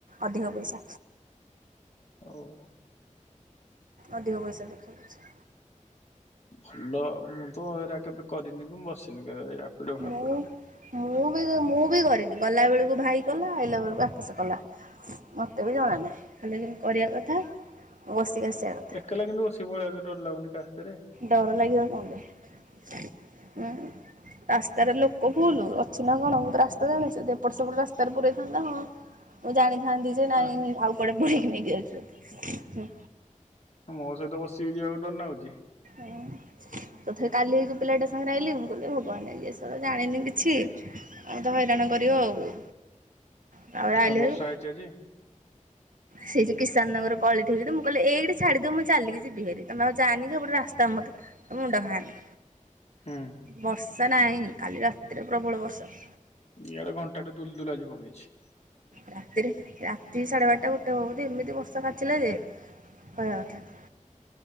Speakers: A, on the right (about 80°); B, on the left (about 55°).
A: ଅଧିକ ପଇସା।
B: ହଉ।
A: ଅଧିକ ପଇସା ଦେଖଉଛି।
B: ଭଲ ଆଉ ମୁଁ ତ ଏରା କେବେ କରିନି କି ମୁଁ ବସିନି କେବେ। ଫାପିଡ।
A: ମୁଁ ମୁଁ ବି ମୁଁ ବି କରିନି ଗଲାବେଳକୁ ଭାଇ ଗଲା ଆଇଲା ବେଳକୁ ଆକାସ କଲା ମତେ ବି ଜଣା ନାହିଁ ଖାଲି କରିବା କଥା। ମୁଁ ବସିକି ଆସିବା କଥା।
B: କହିଲା କିନ୍ତୁ ସେ ଭଳିଆ ଡର ଲାଗୁନି ତା ହାତରେ।
A: ଡର ଲାଗିବ କଣ ପାଇଁ ଉଁ। ରାସ୍ତାରେ ଲୋକ ଫୁଲ ଅଚିହ୍ନା କଣ ମୁଁ ରାସ୍ତା ଜାଣିଛି ଏପଟ ସେପଟ ରାସ୍ତାରେ ପୁରଇଥାନ୍ତା ହଁ ମୁଁ ଜାଣିଥାନ୍ତି ଯେ ନାଇଁ
B: ହଁ
A: ଆଉ କୁଆଡେ ପଳିକି ନେଇକି ଆଉଚି।
B: ମୋ ସହିତ ବସିକି ଯିବାକୁ ଡର ନାଗୁଚି।
A: ଏ ତଥାପି କାଲି ହେଇ ଯୋଉ ପିଲାଟା ସାଙ୍ଗରେ ଆଇଲି ମୁଁ କହିଲି ଏ ଭଗବାନ ଇଏ ଶଳା ଜାଣିନି କିଛି - ହଉ ତ ହଇରାଣ କରିବ ଆଉ ତାପରେ ଆଇଲି
B: ଆଉ
A: ହେରି
B: ବର୍ଷା ହେଇଚି ଆଜି?
A: ସେଇ ଯୋଉ କିଷାନ ନଗର ଗଳିଠେ ହେଇଥିଲେ ମୁଁ କହିଲି ଏଇିଠି ଛାଡିଦିଅ ମୁଁ ଚାଲିକି ଯିବି ହାରି ତମେ ଆଉ ଯାଆନି କି ହେପଟେ ରାସ୍ତା ମତେ- ମୁଣ୍ଡ ଖାଆନି
B: ହୁଁ
A: ବର୍ଷା ନାଇଁ କାଲି ରାତିରେ ପ୍ରବଳ ବର୍ଷା -
B: ଇଆଡ଼େ ଘଣ୍ଟାଟେ ଦୁଲ ଦୁଲ ଆଜି ପଗେଇଛି
A: ରାତିରେ ରାତି ସାଢେ ବାରଟା ଗୋଟେ ହବ ବୋଧେ ଏମିତି ବର୍ଷା କାଚିଲା ଯେ କହିବା କଥା -